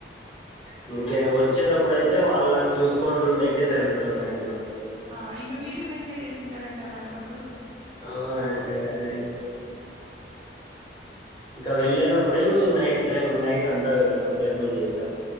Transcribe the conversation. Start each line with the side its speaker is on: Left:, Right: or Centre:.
Left: అందుకే వచ్చేటప్పుడుఅయితే వాళ్ళని చూసుకుంటుండేకే సరిపోయిందండి మకి
Right: ఆ ఇంగ మీరేం ఎంజాయ్ చేసింటారండి అలాంటప్పుడు
Left: అ అండి అదే ఇంకా వెళ్ళేటప్పుడేము నైట్ టైమ్ నైట్ అంతా వెళ్ళాం జర్నీ చేస్